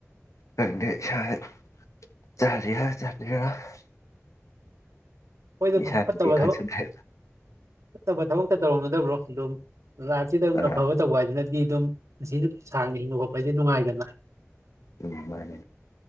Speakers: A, on the left; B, on the right.
A: <unintelligible>
B: ꯍꯣꯏꯗ
A: ꯏꯁꯥꯅꯗꯤ
B: ꯐꯠꯇꯕ
A: ꯈꯪꯁꯟꯗ꯭ꯔꯦ
B: ꯊꯕꯛ ꯐꯠꯇꯕ ꯊꯕꯛꯇ ꯇꯧꯔꯨꯅꯨꯗ ꯕ꯭ꯔꯣ ꯑꯗꯨꯝ ꯂꯥꯏꯐꯁꯤꯗ
A: ꯑꯥ
B: ꯑꯐꯕ ꯇꯧꯕ ꯍꯥꯏꯁꯤꯅꯗꯤ ꯑꯗꯨꯝ ꯄꯨꯟꯁꯤꯗꯤ ꯁꯥꯡꯅ ꯍꯤꯡꯉꯨꯑꯣ ꯑꯩꯩꯗꯤ ꯅꯨꯡꯉꯥꯏꯗꯅ
A: ꯎꯝ ꯃꯥꯅꯦ